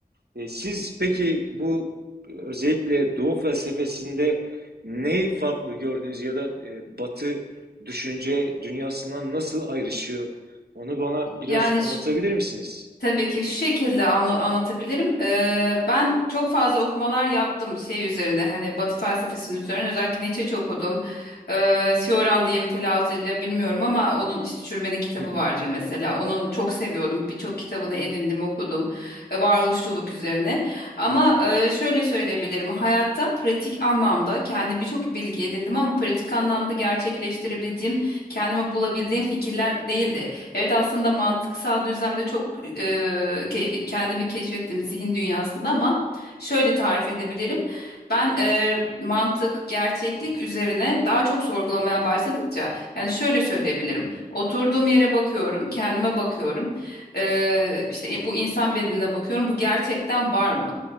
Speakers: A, on the right; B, on the left.
A: E, siz peki bu e, özellikle Doğu felsefesinde neyi farklı gördünüz ya da e, Batı düşünce dünyasından nasıl ayrışıyor? Onu bana biraz
B: Yani
A: anlatabilir misiniz?
B: Tabii ki şu şekilde anla- anlatabilirim. Ee, ben çok fazla okumalar yaptım şey üzerine hani Batı felsefesinin üzerine özellikle Nietzsche çok okudum. Ee, Sioran diye mi telaffuz ediliyor bilmiyorum ama onun işte Çürümenin kitabı
A: Hı hı,
B: vardır mesela. Onu çok seviyordum. Birçok kitabını edindim okudum Ee, varoluşçuluk üzerine. Ama
A: hı hı,
B: e, şöyle söyleyebilirim hayatta pratik anlamda kendim birçok bilgi edindim ama pratik anlamda gerçekleştirebildiğim kendime bulabildiğim fikirler değildi. Evet aslında mantıksal düzlemde çok e, ke- kendimi keşfettim zihin dünyasında ama şöyle tarif edebilirim. Ben e, mantık, gerçeklik üzerine daha çok sorgulamaya başladıkça yani şöyle söyleyebilirim. Oturduğum yere bakıyorum, kendime bakıyorum. E, işte e, bu insan bedenine bakıyorum. Bu gerçekten var mı?